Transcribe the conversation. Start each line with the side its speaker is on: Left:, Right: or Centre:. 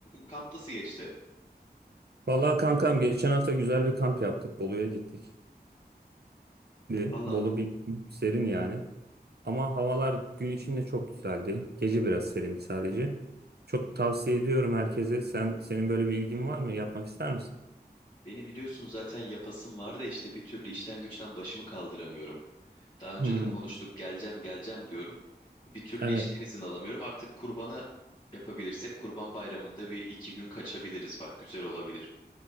Left: Kamp nasıl geçti?
Right: Vallahi kankam geçen hafta güzel bir kamp yaptık. Bolu'ya gittik. Şimdi
Left: Allah
Right: Bolu
Left: Allah.
Right: bir serin yani. Ama havalar gün içinde çok güzeldi. Gece biraz serindi sadece. Çok tavsiye ediyorum herkese. Sen senin böyle bir ilgin var mı? Yapmak ister misin?
Left: Beni biliyorsun zaten yapasım var da işte bir türlü işten güçten başımı kaldıramıyorum. Daha önce
Right: Hmm,
Left: de konuştuk geleceğim geleceğim diyorum. Bir türlü
Right: evet
Left: işten izin alamıyorum. Artık kurbana yapabilirsek kurban bayramında bir iki gün kaçabiliriz. Bak güzel olabilir.